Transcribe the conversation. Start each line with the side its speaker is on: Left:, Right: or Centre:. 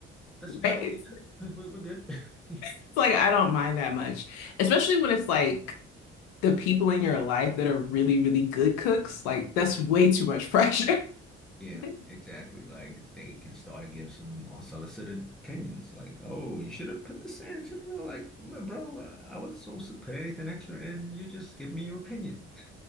Centre: that's some
Left: Right.
Centre: salt,
Left: It's,
Centre: yeah. <laughs> We're, we're good. <laughs>
Left: it's like I don't mind that much, especially when it's like the people in your life that are really, really good cooks. Like that's way too much pressure.
Centre: Yeah,
Left: <laughs>
Centre: exactly. Like they can start to give some unsolicited opinions. Like, oh, you should have put this in. You should have been like, "Mm, bro, uh, I wasn't supposed to put anything extra in. You just give me your opinion. <laughs>